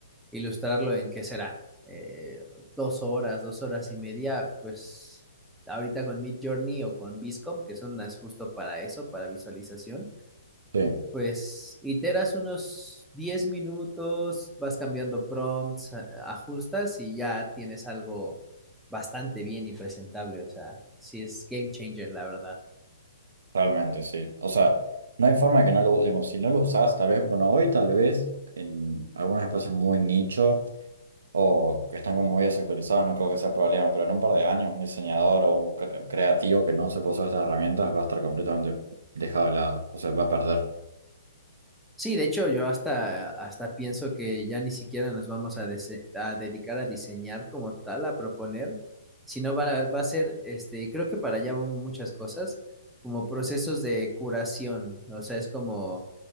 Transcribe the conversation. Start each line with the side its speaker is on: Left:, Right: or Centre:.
Centre: ilustrarlo en qué será, Eh, dos horas, dos horas y media, pues ahorita con Mid Journey o con Viscom, que son unas justo para eso, para visualización
Right: Sí.
Centre: pues iteras unos 10 minutos, vas cambiando prompts, a- ajustas y ya tienes algo bastante bien y presentable. O sea, sí es game changer, la verdad.
Right: Realmente, sí. O sea, no hay forma de que no lo usemos. Si no lo usás, tal vez, bueno, hoy tal vez en algunos espacios muy nicho o que están como muy sectorizados, no creo que sea problema, pero en un par de años un diseñador o un cre- creativo que no se puso estas herramientas va a estar completamente dejado de lado, o sea, va a perder.
Centre: Sí, de hecho, yo hasta, hasta pienso que ya ni siquiera nos vamos a, dese- a dedicar a diseñar como tal, a proponer, sino van a- va a ser, este, y creo que para allá van muchas cosas, como procesos de curación. O sea, es como